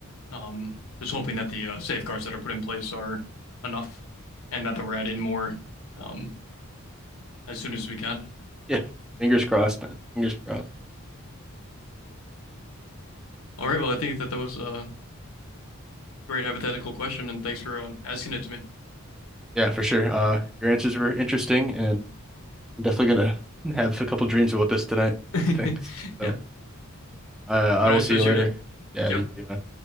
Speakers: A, on the left (about 75°); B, in the centre.
A: Um, just hoping that the uh, safeguards that are put in place are enough and that we're adding more um, as soon as we can.
B: Yeah. Fingers crossed, man. Fingers crossed.
A: All right, well, I think that that was a great hypothetical question, and thanks for uh, asking it to me.
B: Yeah, for sure. Uh, your answers were interesting and I'm definitely gonna <laughs> have a couple dreams about this tonight,
A: <laughs>
B: I think.
A: Yeah,
B: So, uh,
A: have
B: I will
A: a
B: see
A: nice rest
B: you later.
A: of your day.
B: Yeah,
A: See
B: you
A: you.
B: too, man.